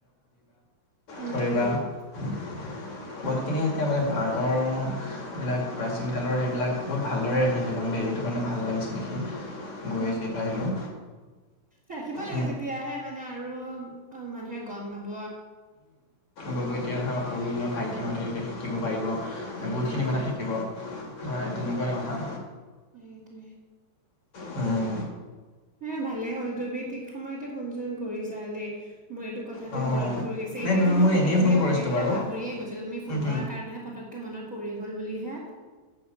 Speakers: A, on the right (about 25°); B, on the left (about 45°).
A: উম,
B: ধৰিবা,
A: উম,
B: বহুতখিনিয়ে এতিয়া মানে আগৰ সেই বিলাক, প্ৰচীন কালৰ সেইবিলাক, বহুত ভালদৰে ৰাখিছে কিন্ত দেই, সেইতো কাৰণে ভাল লাগিছিল দেখি। গৈ
A: উম।
B: যিহেতু আহিলো
A: ৰাখিব লাগে
B: হম।
A: তেতিয়াহে মানে আৰু অ', মানুহে গম পাব।
B: বাব এতিয়া ধৰক সৰু তোমাৰ ভাইটিহঁতে এতিয়া শিকিব পাৰিব।
A: উম,
B: বহুতখিনি
A: উম।
B: কথা শিকিব ধৰা তেনেকুৱাই কথা।
A: সেই টোৱেই।
B: উম।
A: হে ভালে হ'ল তুমি ঠিক সময়তে ফোন চোন কৰিছা দেই। মোৰ এইটো কথাটো
B: অ',
A: মনত পৰিছে এনেইটো মোৰ এইটো কথাতো মনত পৰি গৈছে,
B: নাই
A: এনেইতো
B: তুমি
A: মই সুধিম
B: এনেই
A: বুলি
B: ফোন কৰিছিলোঁ
A: ভাবি পেলাই
B: বাৰু
A: পাহৰিয়ে গৈছো তুমি ফোন
B: উম, হুম।
A: কৰাৰ কাৰণেহে পতককে মনত পৰি গ'ল বুলিহে।